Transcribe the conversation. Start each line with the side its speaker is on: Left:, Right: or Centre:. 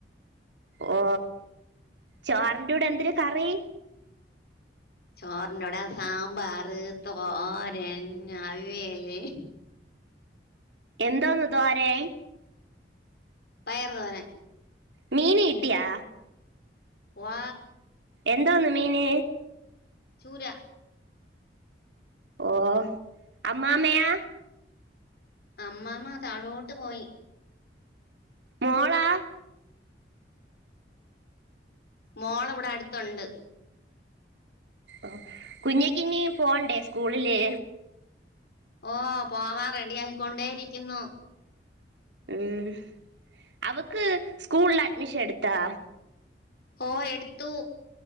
Right: ഓ ചോറിന്റെ ടെ ന്തൊരു കറി?
Left: ചോറിന്റെ കൂടെ സാമ്പാർ തോരൻ അവിയേല്
Right: എന്തോന്ന് തോരൻ
Left: പയർ തോരൻ
Right: മീന് കിട്ടിയാ?
Left: വാ
Right: എന്തോന്ന് മീന്?
Left: സൂത
Right: ഓ ആമ്മാമയാ
Left: അമ്മാമ താഴോട്ട് പോയി
Right: മോളാ
Left: മോള് വിടെ അടുത്തുണ്ട്
Right: ഒ കുഞ്ഞിക്ക് ന്ന് പോണ്ടേ സ്കൂളില്?
Left: ഓ പോവാൻ റെഡി ആയിക്കൊണ്ടേ ഇരിക്കുന്നു.
Right: ഉം അവക്ക് സ്കൂളിൽ അഡ്മിഷൻ എടുത്താ?
Left: ഓ എടുത്തു